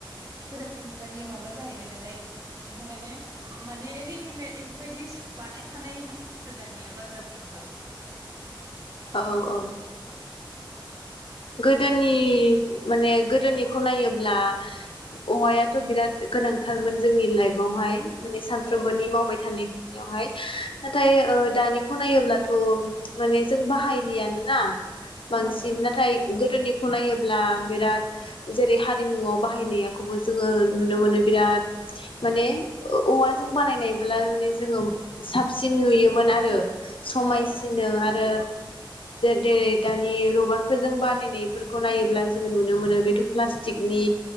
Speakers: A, on the right; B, on the left.
A: गोदान मुगानि माबा जाहैबाय नालाय इनि थाखायनो माने रेडिमेड इफोरबायदि बानायखानाय मोनो आरो दानिया बाजारफ्र
B: औ औ गोदोनि माने गोदोनिखौ नायोब्ला औवायाथ' बिराद गोनांथारमोन जोंनि लाइफआवहाय। माने सानफ्रोमबोनि
A: औ
B: मावबाय थानाय बेवहाय नाथाय ओ दानिखौ नायोब्लाथ' माने जों बाहायलियानोना? बांसिन
A: औ
B: नाथाय गोदोनिखौ नायोब्ला बिराद जेरै हारिमुआव बाहायनायखौबो जोङो नुनो मोनो बिराद माने ओ औवाजों बानायनाय माने जोङो साबसिन नुयोमोन आरो। समायसिनो
A: औ
B: आरो जेरै दानि रबारफोरजों बा बानायनायफोरखौ नायोब्ला जों नुनो मोनो बेथ' प्लास्टिकनि